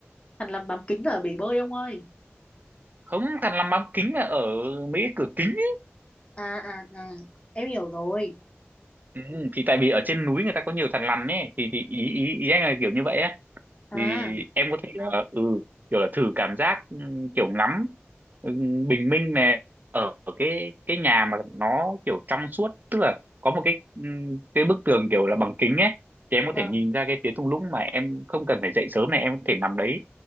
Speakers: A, on the left (about 25°); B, on the right (about 40°).
A: Hàn Lâm bám kính ở bể bơi ông ơi.
B: không thằn lằn bóng kính là ở mấy cái cửa kính ấy.
A: À à à, em hiểu rồi.
B: Ừ, thì tại vì ở trên núi người ta có nhiều thằn lằn ấy thì thì ý ý ý anh là kiểu như vậy á
A: À,
B: thì em có thể là ừ kiểu là thử cảm giác ừm, kiểu ngắm ừm, bình minh này ở cái cái nhà mà nó kiểu trong suốt tức là có một cái ừm, cái bức tường kiểu là bằng kính ấy thì em có
A: vâng.
B: thể nhìn ra cái phía thung lũng mà em không cần phải dậy sớm này em có thể nằm đấy